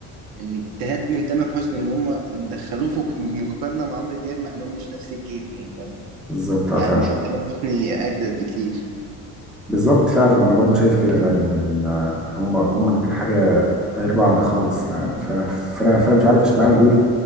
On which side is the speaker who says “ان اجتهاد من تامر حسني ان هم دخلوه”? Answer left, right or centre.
Right